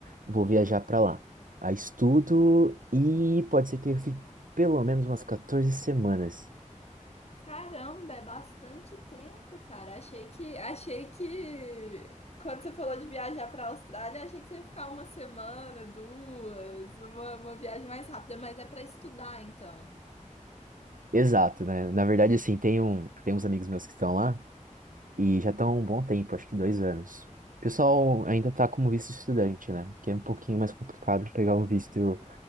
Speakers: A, on the right; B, on the left.
A: vou viajar para lá. A estudo e pode ser que eu fique pelo menos umas 14 semanas.
B: Caramba, é bastante tempo, cara. Achei que, achei que quando você falou de viajar para a Austrália, achei que você ia ficar uma semana, duas, uma, uma viagem mais rápida, mas é para estudar, então.
A: Exato, né? Na verdade, assim, tem, um, tem uns amigos meus que estão lá. E já estão há um bom tempo, acho que dois anos. O pessoal ainda está como visto estudante, né? Que é um pouquinho mais complicado pegar um visto